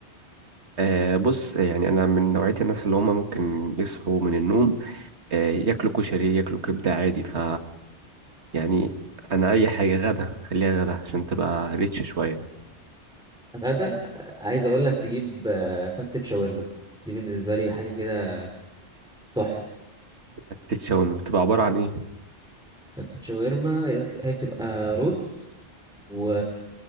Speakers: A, on the right; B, in the centre.
A: آه بص يعني انا من نوعيه الناس اللي هم ممكن يصحوا من النوم آه ياكلوا كشري ياكلوا كبده عادي ف يعني انا اي حاجه غدا خليها غدا عشان تبقى ريتش شويه
B: غدا آه، عايز اقول لك تجيب أه فتة شاورما دي بالنسبه لي حاجه كده تحفه
A: التتشاوم بتبقى عباره عن ايه
B: فتة شاورما يا اسطى- هي بتبقى رز و